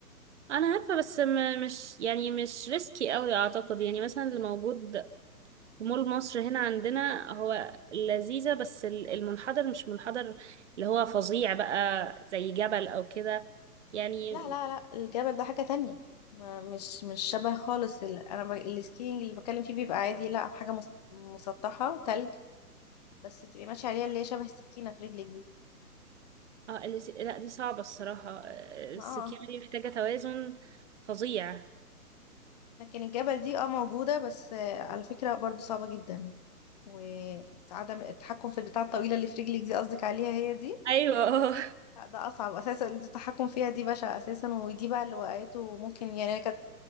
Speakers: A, on the right; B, on the left.
A: أنا عارفة بس م... مش يعني مش ريسكي أوي أعتقد يعني مثلا اللي موجود في مول مصر هنا عندنا هو لذيذة بس ال- المنحدر مش منحدر اللي هو فظيع بقى زي جبل أو كده يعني
B: لا لا لا الجبل ده حاجة تانية ما مش مش شبه خالص ال... انا ب... السكينج اللي بتكلم فيه بيبقى عادي لا حاجة مس... مسطحة تلج بس تبقي ماشية عليها اللي هي شبه السكينة في رجلك دي
A: اه ال- لا دي صعبة الصراحة آه،
B: ما
A: السكيورتي
B: اه
A: دي محتاجة توازن فظيع
B: لكن الجبل دي اه موجودة بس آه، على فكرة برضو صعبة جدا وعدم التحكم في البتاعة الطويلة اللي في رجلك دي قصدك عليها هي دي
A: أيوة اه
B: لا ده اصعب اساسا التحكم فيها دي بشع اساسا ودي بقى اللي وقعته ممكن يعني أنا كانت